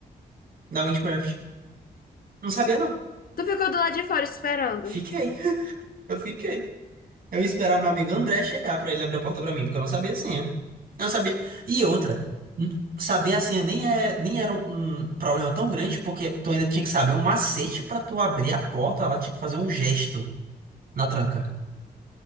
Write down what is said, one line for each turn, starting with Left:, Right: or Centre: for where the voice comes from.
Right: da Windcraft? Não sabia, não.
Left: Tu ficou do lado de fora esperando.
Right: Fiquei. Eu fiquei. Eu ia esperar o meu amigo André chegar pra ele abrir a porta pra mim, porque eu não sabia a senha. Eu não sabia. E outra, n- saber a senha nem é, nem era um problema tão grande, porque tu ainda tinha que saber um macete pra tu abrir a porta, ela tinha que fazer um gesto na tranca.